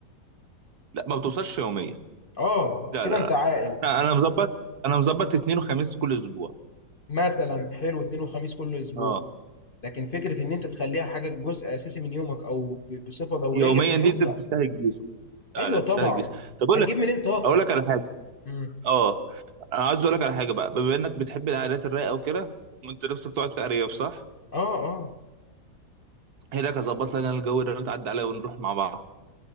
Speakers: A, on the right; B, on the left.
A: لا ما بتوصلش يوميا
B: اه
A: لا
B: كده
A: لا
B: انت
A: لا
B: عاقل
A: لا، انا مظبط انا مظبط اثنين وخميس كل اسبوع
B: مثلا حلو اثنين وخميس كل اسبوع
A: اه
B: لكن فكره ان انت تخليها حاجه جزء اساسي من يومك او ب- بصفه دوريه
A: يوميا
B: في اليوم
A: دي انت
B: لا
A: بتستهلك جسم لا
B: ايوه
A: لا بتستهلك
B: طبعا
A: جسم طب اقول
B: هتجيب منين طاقه
A: اقول لك على حاجه
B: امم
A: اه انا عايز اقول لك على حاجه بقى بما انك بتحب القعدات الرايقه وكده وانت نفسك تقعد في ارياف صح
B: اه اه
A: هي لك اظبط لك انا الجو ده وتعدي عليا ونروح مع بعض